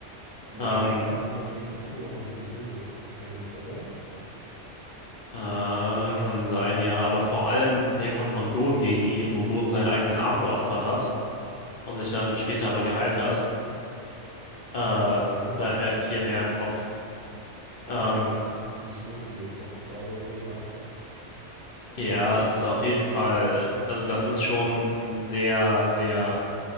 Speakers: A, on the right; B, on the left.
A: Ja,
B: Ähm,
A: der hatte, glaube ich, gegen Killua mit den Jojos gekämpft, oder?
B: äh, kann sein, ja, aber vor allem der Kampf von Gon gegen ihn, wo Gon seinen eigenen Arm geopfert hat und sich dann später aber geheilt hat, äh,
A: Okay.
B: bleibt mir halt viel mehr im Kopf.
A: Das
B: Ähm,
A: habe ich sogar nicht so viel im Kopf gerade, aber ja.
B: ja, es ist auf jeden Fall, also das ist schon ein sehr, sehr